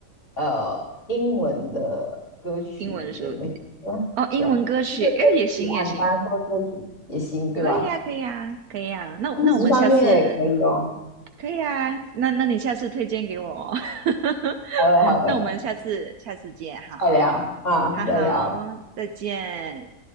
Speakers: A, on the left; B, on the right.
A: 呃英文的歌曲也没啊，
B: 英文书籍哦，英文歌曲，
A: 对啊，就是歌曲啊，
B: 哎，也行也行，
A: 你刚刚说歌曲也行，对吧？
B: 可以呀可以呀可以呀，那我那我们下次
A: 书籍方面也可以哦。
B: 可以啊，那那你下次推荐给我哦，<laughs>
A: 好的，好的，
B: 那我们下次下次见，好，
A: 再聊啊，
B: 好好，
A: 再聊。
B: 再见。